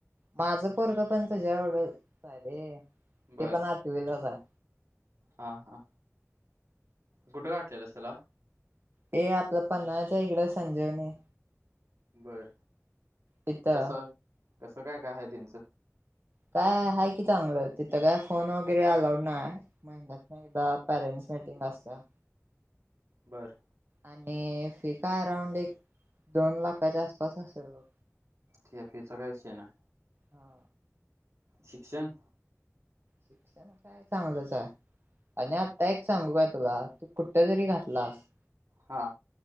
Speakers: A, on the right; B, on the right.
A: माझ पोरग पण तुझ्या एवढच आहे रे. ते
B: बर
A: पण आठविलाच आहे.
B: हा हा कुठे घातलेलस त्याला.
A: ये आपल पन्हाळाच्या इकड संजीवनी.
B: बर
A: तिथं
B: कस कस काय काय आहे त्यांच.
A: काय आहे की चांगल. तिथ काय फोन वगैरे अलाउड नाही. महिन्यात एकदा पेरेंट्स मिटींग असतात.
B: बर
A: आणि फी का अराऊंड एक दोन लाखाच्या आसपास असेल बघ.
B: त्या फिचा काय विषय नाही.
A: हा
B: शिक्षण
A: शिक्षण काय चांगलच आहे. आणि आत्ता एक सांगू का तुला. तू कुठ जरी घातलास
B: हा.